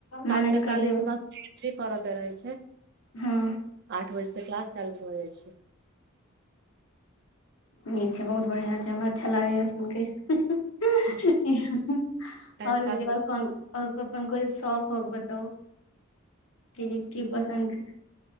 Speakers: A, on the right; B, on the left.
A: सात
B: मैनेज
A: पैंतालिस
B: कर लेबै
A: हमरा एंट्री करऽ के रहै छै।
B: हँ
A: आठ बजेसँ क्लास चालू भऽ जाय छै।
B: नीक छै बहुत बढ़िआँ छै हमरा अच्छा लागैय सुन के। ह-ह-ह
A: हँ, टाइम
B: और
A: पास
B: दीदी और कोन और गप। अपन कोय शौख औख बताउ कि -की पसंन्द?